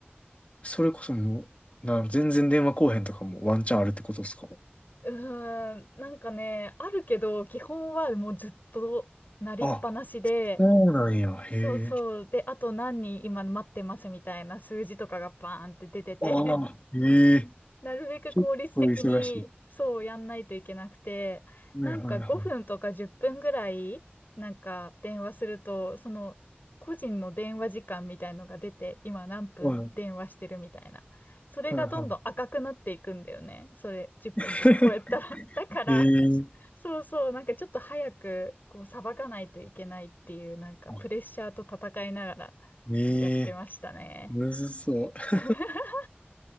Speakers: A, on the left; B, on the left.
A: それこそもう、なる全然電話こうへんとかもワンチャンあるってことですか
B: うーん。なんかね、あるけど、基本はもうずっとなりっぱなしで、
A: あ、そうなんや、
B: そうそう。
A: へえ。
B: で、あと何人今待ってますみたいな数字とかがバーンって出てて
A: ああ、へえ、
B: なるべく効率的にそうやんないといけなくて、
A: 結構忙しい。はいはいはい。
B: なんか5分とか10分ぐらい、なんか電話すると、その個人の電話時間みたいのが出て、今何分電話してるみたいな。
A: はい
B: それがどんどん赤くなっていくんだよね。
A: はいはい。
B: それ10分とかこうやったら。
A: <laughs>
B: <laughs> だから、
A: ええ、
B: そうそう、なんかちょっと早くこうさばかないといけないっていう、なんかプレッシャーと戦いながら
A: あええ、
B: やってましたね。
A: むずそう。
B: <laughs>